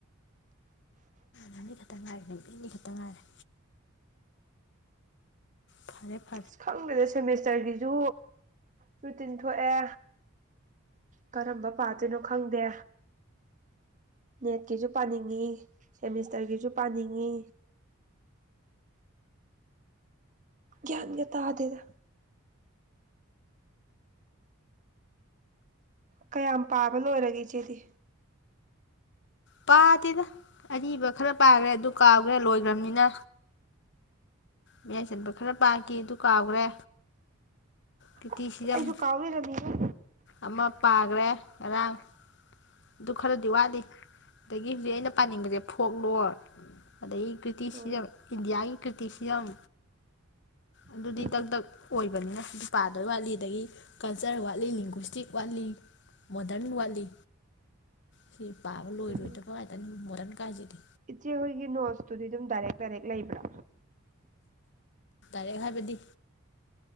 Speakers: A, on the left; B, on the right.
A: ꯃꯅꯤ ꯈꯛꯇ ꯉꯥꯏꯔꯦ ꯅꯨꯄꯤꯅꯤ ꯈꯛꯇ ꯉꯥꯏꯔꯦ ꯐꯔꯦ ꯐ
B: ꯑꯁ ꯈꯪꯗꯗ ꯁꯦꯃꯤꯁꯇꯔꯒꯤꯁꯨ ꯔꯨꯇꯤꯟ ꯊꯣꯛꯑꯦ ꯀꯔꯝꯕ ꯄꯥꯠꯇꯣꯏꯅꯣ ꯈꯪꯗꯦ ꯅꯦꯠꯀꯤꯁꯨ ꯄꯥꯅꯤꯡꯉꯤ ꯁꯦꯃꯤꯁꯇꯔꯒꯤꯁꯨ ꯄꯥꯅꯤꯡꯉꯤ ꯒꯤꯌꯥꯟ ꯒ ꯇꯥꯗꯦꯗ ꯀꯌꯥꯝ ꯄꯥꯕ ꯂꯣꯏꯔꯒꯦ ꯏꯆꯦꯗꯤ
A: ꯄꯥꯗꯦꯅ ꯑꯔꯤꯕ ꯈꯔ ꯄꯥꯈ꯭ꯔꯦ ꯑꯗꯨ ꯀꯥꯎꯈ꯭ꯔꯦ ꯂꯣꯏꯒ꯭ꯔꯅꯤꯅ ꯃꯌꯥꯏ ꯆꯟꯕ ꯈꯔ ꯄꯥꯈꯤ ꯑꯗꯨ ꯀꯥꯎꯒ꯭ꯔꯦ ꯇꯤꯇꯤ
B: ꯑꯁ
A: ꯁꯤꯖꯝ
B: ꯑꯩꯁꯨ ꯀꯥꯎ ꯂꯩꯔꯝꯃꯤꯉꯣ
A: ꯑꯃ ꯄꯥꯒ꯭ꯔꯦ ꯉꯔꯥꯡ ꯑꯗꯨ ꯈꯔꯗꯤ ꯋꯥꯠꯂꯤ ꯑꯗꯒꯤ ꯍꯧꯖꯤꯛ ꯑꯩꯅ ꯄꯥꯅꯤꯡꯕꯁꯦ ꯐꯣꯛꯂꯣꯔ ꯑꯗꯗꯒꯤ ꯀ꯭ꯔꯤꯇꯤꯁꯤꯖꯝ
B: ꯑꯣ
A: ꯏꯟꯗꯤꯌꯥꯒꯤ ꯀ꯭ꯔꯤꯇꯤꯁꯤ ꯌꯥꯝ ꯑꯗꯨꯗꯤ
B: ꯎꯝ
A: ꯗꯛ ꯗꯛ ꯑꯣꯏꯕꯅꯤꯅ ꯑꯗꯨ ꯄꯥꯗꯣꯏ ꯋꯥꯠꯂꯤ ꯑꯗꯒꯤ ꯀꯜꯆꯔ ꯋꯥꯠꯂꯤ ꯂꯦꯡꯒ꯭ꯋꯨꯁꯇꯤꯛ ꯋꯥꯠꯂꯤ ꯃꯣꯗꯔꯟ ꯋꯥꯠꯂꯤ ꯁꯤ ꯄꯥꯕ ꯂꯣꯏꯕꯗꯕ
B: ꯎꯝ
A: ꯅꯨꯉꯥꯏꯗꯣꯏꯅꯤ ꯃꯣꯗꯔꯟ ꯀꯥꯏꯁꯤꯗꯤ
B: ꯏꯆꯦ ꯍꯣꯏꯒꯤ ꯅꯣꯠꯁꯇꯨꯗꯤ ꯑꯗꯨꯝ ꯗꯥꯏꯔꯦꯛ ꯗꯥꯏꯔꯦꯛ ꯂꯩꯕ꯭ꯔ
A: ꯇꯥꯔꯦ ꯍꯥꯏꯕꯗꯤ